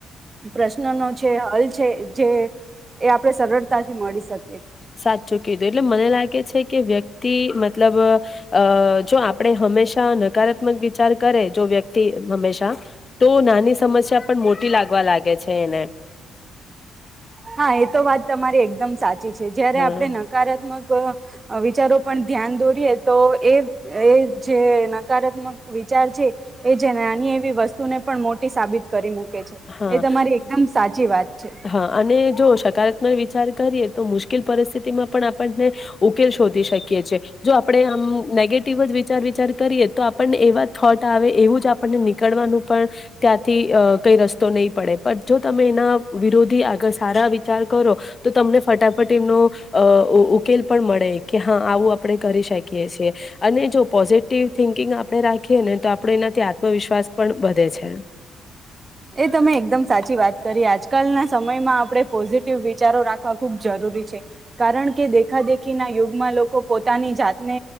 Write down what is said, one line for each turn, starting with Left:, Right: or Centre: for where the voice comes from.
Right: પ્રશ્નનનો છે હલ છે જે એ આપણે સરળતાથી મળી શક
Left: સાચું કીધું એટલે મને લાગે છે કે વ્ય તિ મતલબ અ જો આપણે હંમેશા નકારાત્મક વિચાર કરે જો વ્યક્તિ હંમેશા તો નાની સમસ્યા પણ મોટી લાગવા લાગે છે એને
Right: હા એ તો વાત તમારી એકદમ સા ચી છે જ્યારે
Left: હમ
Right: આપણે નકારાત્મક વિચારો પણ ધ્યાન દોરીએ તો એ જે નકારાત્મક વિચાર છે એ જે નાની એવી વસ્તુને પણ મોટી સાબિત કરી મૂકી.
Left: હા
Right: એ તમારી એકદમ સાચી વાત છે.
Left: હા અને જો સકારાત્મક વિચાર કરીએ તો મુશ્કેલ પરિસ્થિતિમાં પણ આપણને ઉકેલ શોધી શકીએી જો આપણે આમ નેગેટિવ જ વિચાર વિચાર કરીએ તો આપણને એવા થોટ આવે એવું જ આપણને નીકળવાનું પણ ત્યાંથી કઈ ર તો નહીં પડે પણ જો તમે એના વિરોધી આગળ સારા વિચાર કરો તો તમને ફટાફટ એમનો ઉકેલ પણ મળે કે હા આવું આપણે કરી શકીએ છીએ અને જો પોઝિટિવ થિંકિંગ આપણે રાખીએ ને તો આપણે એનાથી આત્મવિશ્વાસ પણ વધે છે.
Right: એ તમે એકદમ સાચી વાત કરી આજકાલના સમયમાં આપડણે પોઝિટિવ વિચારો રાખ. આ ખુબ જરૂરી છે. કારણ કે દેખાદેખીના યુગમાં લોકો પોતાની જાતને